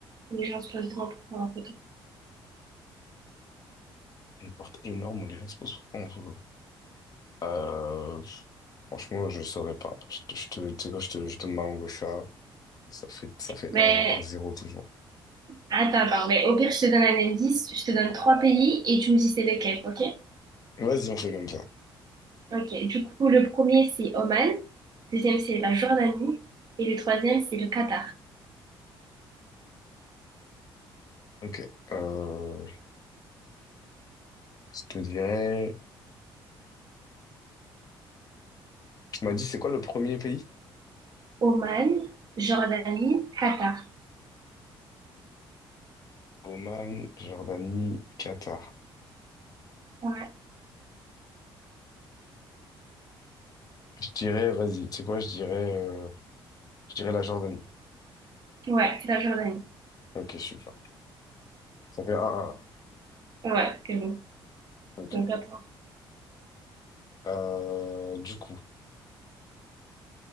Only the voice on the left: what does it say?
Une porte énorme où les gens se posent. pour prendre en photo. Euh, franchement, je saurais pas. Je te, je te, tu sais quoi, je te, je donne ma langue au chat. Ça fait, ça fait
un, un zéro toujours.
Vas-y, on fait comme ça.
Ok. Euh, je te dirais... Tu m'as dit, c'est quoi le premier pays?
Oman, Jordanie, Qatar.
Je dirais, vas-y, tu sais quoi, je dirais, euh, je dirais la Jordanie.
Ok, super. Ça fait 1-1.
Ok.
Euh, du coup,